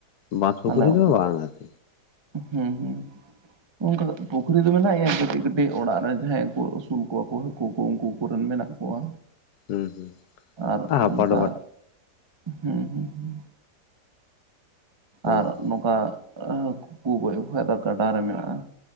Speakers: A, on the left (about 70°); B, on the right (about 25°).
A: ᱵᱟᱸᱫᱽ ᱯᱩᱠᱷᱨᱤ
B: ᱟᱞᱮ ᱚᱱᱠᱟ
A: ᱫᱚ ᱵᱟᱝᱼᱟ <unintelligible>
B: ᱦᱩᱸ ᱦᱩᱸ ᱚᱱᱠᱟ <unintelligible>
A: ᱦᱩᱸ
B: ᱯᱩᱠᱷᱨᱤ <unintelligible> ᱢᱮᱱᱟᱜ ᱜᱮᱭᱟ ᱠᱟᱹᱴᱤᱡ ᱠᱟᱹᱴᱤᱡ ᱚᱲᱟᱜ ᱨᱮ ᱡᱟᱦᱟᱸᱭ ᱠᱚ ᱟᱹᱥᱩᱞ ᱠᱚᱣᱟ ᱠᱚ ᱦᱟᱹᱠᱩ ᱠᱚ ᱩᱱᱠᱩ ᱠᱚᱨᱮᱱ ᱢᱮᱱᱟᱜ ᱠᱚᱣᱟ᱾
A: <unintelligible>
B: ᱟᱨ
A: ᱦᱟᱯᱟ
B: ᱚᱱᱠᱟ
A: <unintelligible>
B: ᱦᱩᱸ ᱦᱩᱸ ᱦᱩᱸ
A: ᱦᱮᱸ
B: ᱟᱨ
A: ᱦᱮᱸ
B: ᱱᱚᱝᱠᱟ ᱦᱟᱹᱠᱩ ᱠᱚ ᱜᱚᱡ ᱠᱚ ᱠᱷᱟᱡ ᱫᱚ ᱜᱟᱰᱟ ᱨᱮ ᱢᱮᱱᱟᱜᱼᱟ᱾